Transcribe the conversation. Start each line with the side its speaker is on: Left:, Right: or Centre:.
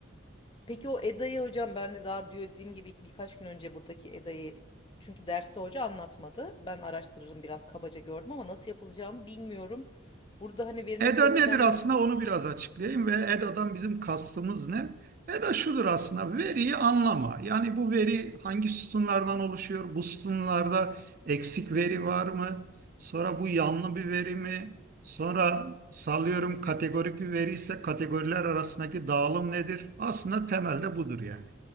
Left: Peki o Eda'yı hocam ben de daha diyor dediğim gibi birkaç gün önce buradaki Eda'yı çünkü derste hoca anlatmadı. Ben araştırırım biraz kabaca gördüm ama nasıl yapılacağımı bilmiyorum. Burada hani verinin
Right: EDA
Left: temizlenmesi
Right: nedir aslında onu biraz açıklayayım ve EDA'dan bizim kastımız ne? EDA şudur aslında veriyi anlama. Yani bu veri hangi sütunlardan oluşuyor? Bu sütunlarda eksik veri var mı? Sonra bu yanlı bir veri mi? Sonra sallıyorum kategorik bir veri ise kategoriler arasındaki dağılım nedir? Aslında temelde budur yani.